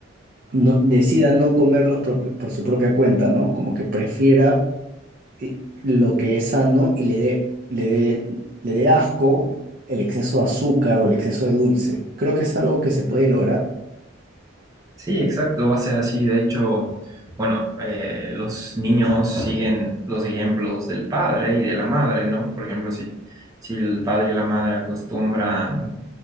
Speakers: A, on the right (about 45°); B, on the right (about 20°).
A: no, decida no comerlos por por su propia cuenta, ¿no? Como que prefiera eh, lo que es sano y le dé, le dé, le dé asco el exceso de azúcar o el exceso de dulce. Creo que es algo que se puede lograr.
B: Sí, exacto, va a ser así. De hecho, bueno, eh, los niños siguen los ejemplos del padre y de la madre, ¿no? Por ejemplo, si, si el padre y la madre acostumbran